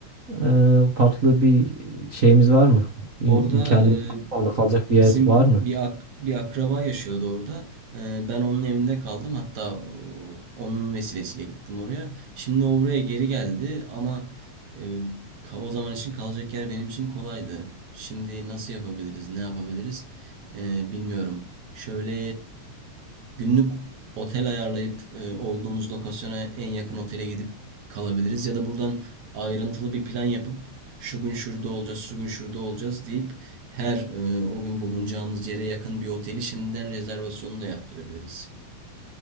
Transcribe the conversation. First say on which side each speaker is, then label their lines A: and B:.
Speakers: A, on the right; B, on the right.
A: e, farklı bir şeyimiz var mı? İm-
B: Orada
A: İmkanımız
B: e,
A: var mı? orada kalacak
B: bizim
A: bir yer var mı?
B: bir ak- bir akraba yaşıyordu orada. E, ben onun evinde kaldım. Hatta o- onun vesilesiyle gittim oraya. Şimdi o buraya geri geldi ama e, ka- o zaman için kalacak yer benim için kolaydı. Şimdi nasıl yapabiliriz, ne yapabiliriz E, bilmiyorum. Şöyle Günlük otel ayarlayıp e, olduğumuz lokasyona en yakın otele gidip kalabiliriz. Ya da buradan ayrıntılı bir plan yapıp şu gün şurada olacağız, şu gün şurada olacağız deyip her e, o gün bulunacağımız yere yakın bir oteli şimdiden rezervasyonunu da yaptırabiliriz.